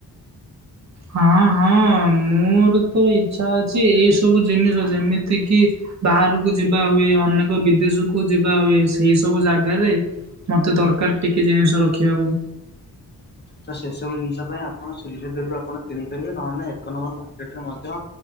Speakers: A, on the right (about 45°); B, on the left (about 25°).
A: ହଁ ହଁ ମୋର ତ ଇଚ୍ଛା ଅଛି ଏଇ ସବୁ ଜିନିଷ ଯେମିତି କିି ବାହାରକୁ ଯିବା ହୁଏ ଅନେକ ବିଦେଶ କୁ ଯିବା ହୁଏ ସେଇ ସବୁ ଜାଗାରେ ମୋତେ ଦରକାର ଟିକେ ଜିନିଷ ରଖିବାକୁ
B: ତ ସେସବୁ ଜିନିଷ ପାଇଁ ଆପଣ ଶ୍ରୀ ଲେଦରରୁ ଆପଣ କିଣିପାରିବେ ନହେଲେ ଏକ ନମ୍ବର ମାର୍କେଟରେ ମଧ୍ୟ